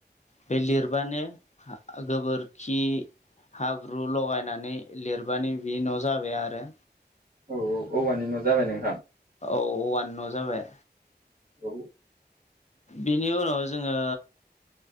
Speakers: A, on the left (about 40°); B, on the right (about 55°).
A: बे लिरबानो गोबोरखि हाब्रु लगायनानै लिरबानो बे न' जाबाय आरो
B: औ औ औवानि न' जाबाय नोंहा
A: औवा न' जाबाय
B: औ
A: बिनि उनाव जोंङो